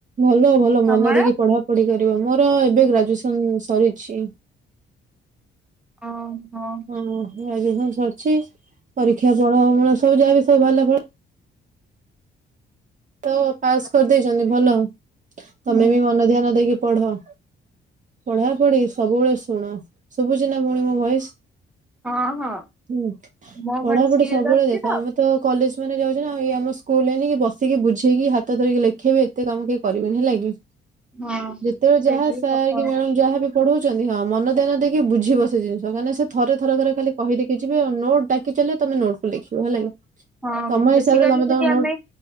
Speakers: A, on the right; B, in the centre.
A: ଭଲ ଭଲ
B: ତମର
A: ମନ ଦେଇକି ପଢ ପଢିପାରିବ ମୋର ଏବେ ଗ୍ରାଜୁଏସନ ସରିଛି।
B: ହଁ ହଁ।
A: ହଁ ରାଜ ଅଛି ପରୀକ୍ଷା ଫଳ ଫଳ ସବୁ ଯାହାବି ସବୁ ଭଲ ଫଳ ତ ପାସ୍ କରିଦେଇଛନ୍ତି ଭଲ ତମେ
B: ହୁଁ
A: ବି ମନ ଧ୍ୟାନ ଦେଇକି ପଢ। ପଢା ପଢି ସବୁବେଳେ ଶୁଣ ଶୁଭୁଚିନା ପୁଣି ମୋ ଭଏସ?
B: ହଁ ହଁ।
A: ହୁଁ
B: ମୋ
A: ପଢାପଢି
B: ଭଏସ୍ କ୍ଲିୟର
A: ସବୁବେଳେ
B: ଆସୁଛି
A: ଦେଖ ଆମ ତ କଲେଜ ମାନେ ଯାଉଛନ୍ତି ନା ଆମ ସ୍କୁଲି ବସ ଆସିକି ବୁଝେଇକି ହାତ ଧରିକି ଲେଖେଇବେ ଏତେ କାମ କେହି କରିବେନି ହେଲା କି?
B: ହଁ
A: ଯେତେବେଳେ
B: ସେଇଟା
A: ଯାହା
B: ବି ସତ
A: ସାର୍ କି ମ୍ୟାଡ଼ ଯାହା ବି ପଢଉଛନ୍ତି ହଁ ମନଧ୍ୟାନ ଦେଇକି ବୁଝିବ ସେ ଜିନିଷ କାହିଁକ ନା ସେ ଥରେ ଥର କରେ ଖଲି କହି ଦେଇକି ଯିବେ ଆଉ ନୋଟ ଡାକି କି ଚାଲି ବେ ତମେ ନୋଟୁ କୁ ଲେଖିବ ହେଲା କି।
B: ହଁ
A: ତମ ହିସାବରେ
B: ବେସିକାଲି
A: ତମେ
B: ଯଦି
A: ତମ
B: ଆମେ
A: ନୋଟ